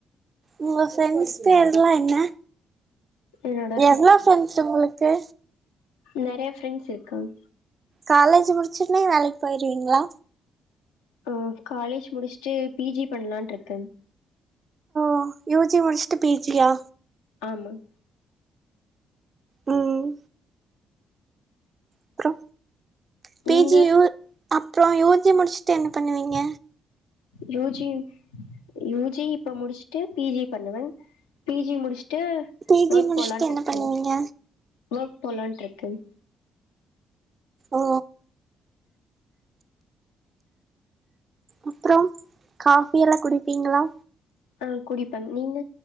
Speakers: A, on the right (about 40°); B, on the left (about 75°).
A: ஒங்க ஃபிரெண்ட்ஸ் பேருல்லா என்ன
B: என்னோட
A: எவ்ளோ ஃபிரெண்ட்ஸ் ஒங்களுக்கு
B: நெறய ஃப்ரெண்ட்ஸ் இருக்காங்
A: காலேஜ் முடிச்சோன வேலைக் போயிருவிங்ளா
B: ம் காலேஜ் முடிச்சுட்டு பி ஜி பண்லான்ட் இருக்கன்
A: ஆ யு ஜி முடிச்ட்டு பி ஜி யா
B: ஆமாங்
A: ம் அப்றோ பி
B: நீங்க
A: ஜி யு அப்றோ யூ ஜி முடிச்சுட்டு என்ன பண்ணுவீங்க
B: யூ ஜி யூஜி இப்ப முடிச்ட்டு பி ஜி பண்ணுவே பி ஜி முடிச்சுட்டு
A: பி ஜி
B: ஒர்க்
A: முடிச்சுட்டு
B: போலான்ட்ருக்கு
A: என்ன பண்ணுவீங்க
B: ஒர்க் போலான்ட்ருக்குங்
A: ஓ அப்றோ காஃபி எல்லா குடிப்பிங்ளா
B: ஆ குடிப்பங் நீங்க